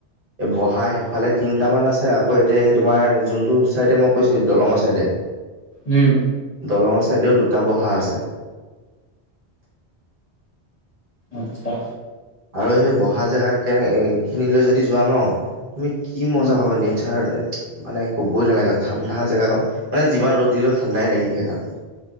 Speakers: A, on the right (about 50°); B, on the left (about 40°).
A: বহা সেইফালে তিনটা মান আছে আকৌ এতিয়া তোমাৰ যোনটো চাইডে মই কৈছোঁ দলঙৰ ছাইডে
B: ওম
A: দলঙৰ ছাইদেও দুটা বহা আছে
B: ইচ্ছা
A: আৰু সেই বহা জেগা কেনে খিনিলৈ যদি যোৱা ন তুমি কি মজা
B: উম
A: পাবা নেচাৰ মানে ক'বই নালাগে ঠাণ্ডা জেগাকন মান যিমান ৰ'দ দিলে ঠাণ্ডাই লাগি থাক তাত